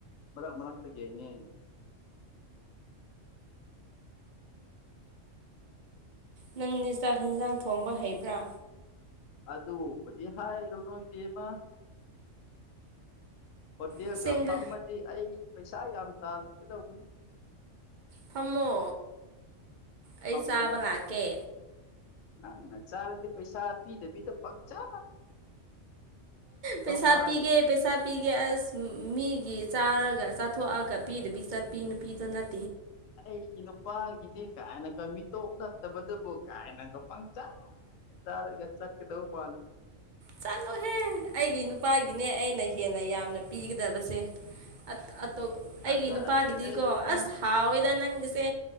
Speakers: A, on the left; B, on the right.
A: ꯃꯔꯛ ꯃꯔꯛꯇ ꯌꯦꯡꯉꯦ
B: ꯅꯪꯗꯤ ꯆꯥꯛ ꯢꯟꯖꯥꯡ ꯊꯣꯡꯕ ꯍꯩꯕ꯭ꯔꯥ
A: ꯑꯗꯨꯕꯨꯗꯤ ꯍꯥꯏꯔꯨꯅꯨ ꯏꯕꯦꯝꯃ ꯍꯣꯇꯦꯜꯒ
B: ꯑꯁꯦꯡꯕ
A: ꯐꯝꯃꯗꯤ ꯑꯩ ꯄꯩꯁꯥ ꯌꯥꯝ ꯇꯥꯟꯒꯗꯧꯕꯅꯤ
B: ꯐꯝꯃꯣ ꯑꯩ
A: ꯐꯝꯕ
B: ꯆꯥꯕ ꯂꯥꯛꯀꯦ
A: ꯅꯪꯅ ꯆꯥꯔꯗꯤ ꯄꯩꯁꯥ ꯄꯤꯗꯕꯤꯗ ꯄꯛꯆꯥ
B: ꯄꯩꯁꯥ
A: ꯃꯥꯜꯂꯦ
B: ꯄꯤꯒꯦ ꯄꯩꯁꯥ ꯄꯤꯒꯦ ꯑꯁ ꯃꯤꯒꯤ ꯆꯥꯔꯒ ꯆꯥꯊꯣꯛꯑꯒ ꯄꯤꯗꯕꯤ ꯆꯠꯄꯤ ꯅꯨꯄꯤꯗꯣ ꯅꯠ
A: ꯑꯩ ꯅꯨꯄꯥꯒꯤꯅꯤ ꯀꯥꯏꯅꯀ ꯃꯤꯇꯣꯞ ꯅꯠꯇꯕꯗꯕꯨ ꯀꯥꯏꯅꯒ ꯄꯪ ꯆꯥ ꯆꯥꯔꯒ ꯆꯠꯀꯗꯧꯕ ꯃꯥꯜꯂꯤ
B: ꯆꯠꯂꯣꯍꯦ ꯑꯩꯒꯤ ꯅꯨꯄꯥꯒꯤꯅꯦ ꯑꯩꯅ ꯍꯦꯟꯅ ꯌꯥꯝꯅ ꯄꯤꯒꯗꯕꯁꯦ ꯑꯠ ꯑꯠ ꯇꯣꯕ
A: ꯊꯥꯖꯗꯦꯗ
B: ꯑꯩꯒꯤ ꯅꯨꯄꯥꯒꯤꯗꯤꯀꯣ
A: ꯏꯕꯦꯝꯃ
B: ꯑꯁ ꯍꯥꯎꯋꯦꯗ ꯅꯪꯒꯤꯁꯦ